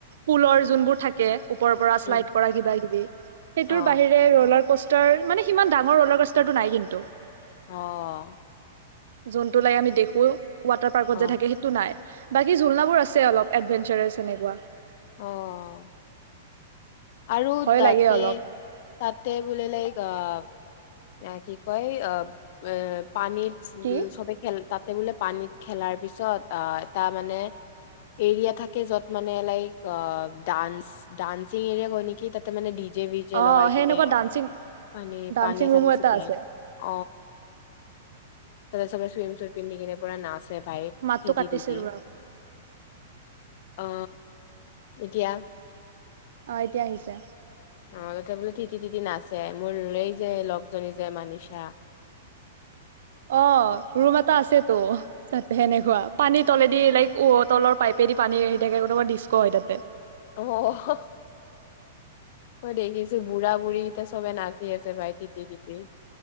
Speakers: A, on the right; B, on the left.
A: পুলৰ যোনবোৰ থাকে ওপৰৰ পৰা
B: উম,
A: শ্লাইড কৰা কিবা কিবি সেইটোৰ
B: অ',
A: বাহিৰে ৰোলাৰ কষ্টাৰ মানে সিমান ডাঙৰ ৰোলাৰ কষ্টাৰ নাই কিন্তু।
B: অহ
A: জোন দেখো ৱাটাৰ পাৰ্কত
B: অ'।
A: যে থাকে সেইটো নাই। বাকী ঝুললনাাবোৰ আছে অলপ এডভেঞ্চাৰেছ এনেকুৱা।
B: আহ আৰু
A: ভয়
B: তাতে
A: লাগে অলপ
B: তাতে বোলে লাইক আহ এয়া কি কয় অ অ পানীৰ
A: কি?
B: উ চবেই খেল। তাতে বোলে পানীত খেলাৰ পিছত এটা মানে এৰিয়া থাকে য'ত মানে লাইক অ ডানস ডান্সিং এৰিয়া কৈ নেকি তাতে মানে যে বি যে
A: অ
B: লগাই
A: সেনেকুৱা
B: কেনে
A: ডান্সিং
B: পানী
A: ডান্সিং
B: পানীত <unintelligible>
A: ৰুমো এটা আছে
B: অ তাতে চবে চুইম চুট পিন্ধি কিনে পুৰা নাচ ভাই
A: মাতটো
B: তিদি
A: কাটিছে
B: টিদি
A: ৰ
B: অ এতিয়া
A: অ এতিয়া আহিছে।
B: অ সিহঁতে বোলে তিতি- তিতি নাছে মোৰ এই যে লগজনী যে মানিছা।
A: অ, ৰুম এটা আছে তো তাত তেনেকুৱা পানী তলেদি লাইক অত তলৰ পাইপে দি পানী আহি থাকে অনবৰত ডিস্কো হয় তাতে।
B: অ', মই দেখিছো বুঢ়া বুঢ়ী কিটা চবে নাচ থিকে আছে ভাইটিক ঠিকে, ঠিকে